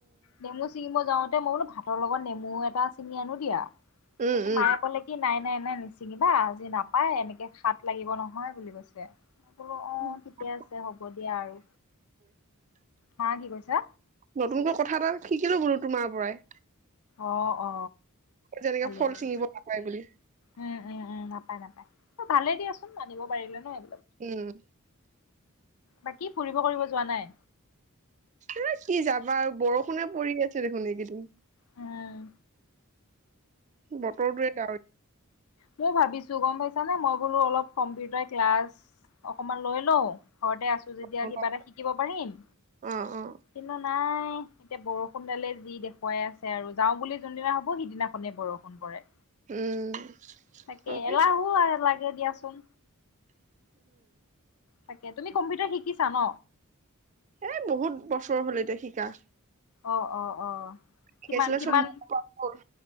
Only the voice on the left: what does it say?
নেমু ছিঙিম যাওতে মই বোলো ভাতৰ লগত নেমু এটা ছিঙি আনো দিয়া।
তাৰপিছত
মায়ে ক'লে কি নাই - নাই - নাই মায় নিছিঙিবা। নাপায় এনেকে হাত লাগিব। নহয় বুলি কৈছে। মই বোলো অঁ
ঠিকে আছে হ'ব দিয়া আৰু হা কি কৈছা
অ - অ
ভালেই
আৰু
উম - উম - উম নাপায় - নাপায়। ত ভালে দিয়াচোন মানিব পাৰিলে নয়
বাকি ফুৰিব কৰিব যোৱা নাই?
উম।
মও ভাবিছো গম পাইছা নে মই বোলো অলপ কম্পিউটাৰ ক্লাছ অকমান লৈ লও। ঘৰতে আছো যেতিয়া
কিবা এটা শিকিব পাৰিম।
কিন্তু নাই এতিয়া বৰষুণ দালে যি দেখুৱাই আছে আৰু যাও বুলি যোনদিনা ভাবো সিদিনাখনে বৰষু। ফোন কৰে।
তাকে
এলাহো আহে লাগ গে দিয়াচোন। তাকে তুমি কম্পিউটাৰ শিক কিছো ন?
অ', অ', অ',
কিমান কিমান